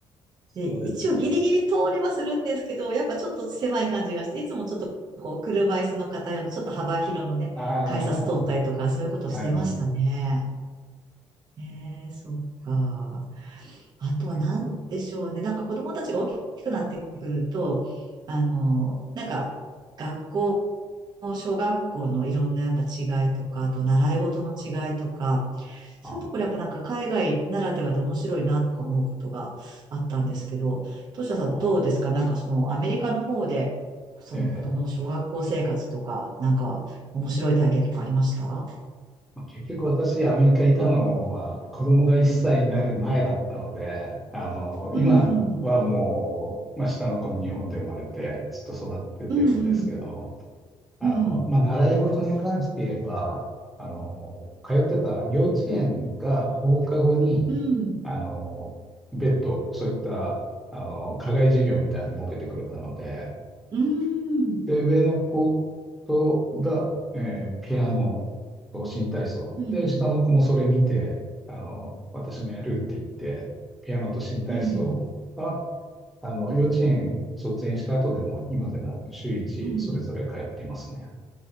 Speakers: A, in the centre; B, on the right.
A: そうですよね。
B: で、一応ギリギリ通れはするんですけど、やっぱちょっと狭い感じがして、いつもちょっとこう車椅子の方用のちょっと幅広のね、
A: ああ、
B: 改札通ったりとかそういうことしてましたね。
A: はい、
B: ええ、そうか。あとは何でしょうね。
A: 結構。
B: なんか子供たちが大きくなってくると、あの、なんか学校、小学校のいろんなやっぱ違いとか、あと習い事の違いとか、そういうところやっぱなんか海外ならではで面白いなとか思うことがあったんですけど、
A: あ
B: トシタさんどうですかなんかそのアメリカの方で、
A: あ
B: その子供の小学校生活とか、
A: ええ
B: なんか面白い体験とかありました
A: まあ結局私、アメリカにいたのは子供が1歳になる前だったので、あの、今はもう、
B: うん、
A: まあ、下の子も日本で生まれてずっと育ててるんですけど、
B: うん、うん、
A: あの、
B: うん、
A: まあ、習い事に関して言えば、あの、通ってた幼稚園が放課後に、
B: うん、
A: あの、別途、そういった、あの、課外授業みたいなのを設けてくれたので、
B: うん、うん。
A: で、上の子とが、えーピアノと新体操。
B: うん
A: で、下の子もそれ見て、あの、私もやるって言って、ピアノと新体操は、
B: うん、
A: あの、幼稚園卒園した後でも、今でも週一それぞれ通っていますね。
B: うん。